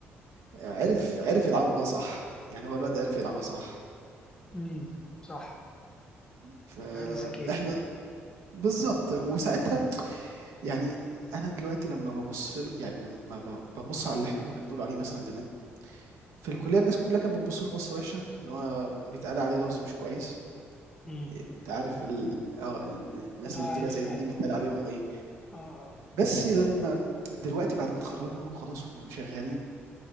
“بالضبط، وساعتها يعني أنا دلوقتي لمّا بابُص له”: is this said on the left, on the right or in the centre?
Right